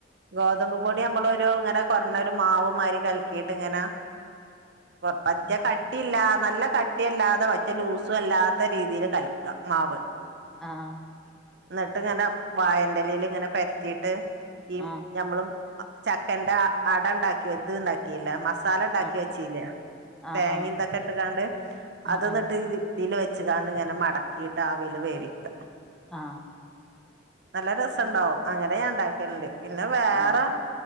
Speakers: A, on the right; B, in the centre.
A: ഗോതമ്പ് പൊടിഅമ്മളൊരു ഇങ്ങനെ കൊറഞ്ഞോരു മാവ്മാരി കൽക്കീട്ട്ങ്ങനെ പൊർ പറ്റ
B: ഉം
A: കട്ട്യല്ലാ നല്ല കട്ട്യല്ലാതെ പറ്റ ലൂസുവല്ലാത്തരീതില് കല ക്കാ മാവ്
B: ആഹ്
A: ന്നിട്ട്ങ്ങനെ വായെന്റെലേല്ങ്ങനെ പെ ത്തീട്ട് ഈ
B: ആഹ്
A: ഞമ്മള് ചക്കന്റെ അടണ്ടാക്കി ഇത്ണ്ടാക്കിയിലേ മ മസാലണ്ടാക്കി
B: ആഹ്
A: വെച്ചീലേ
B: ആഹ്
A: തേങേമ്
B: ആഹ്
A: തൊക്കെട്ട്ങ്ങാണ്ട്
B: ഉം
A: അത്
B: ഉം
A: ന്ന്ട്ട് ഇ ഇതില് വെ ച്ച്കാണ്ട്ങ്ങനെ മടക്കീട്ട് ആവില് വേവിക്ക.
B: ആ.
A: നല്ല രസണ്ടാവും അങ്ങനെഞാന്ണ്ടാക്കല്ണ്ട് പിന്നെ വേറെ
B: ആഹ്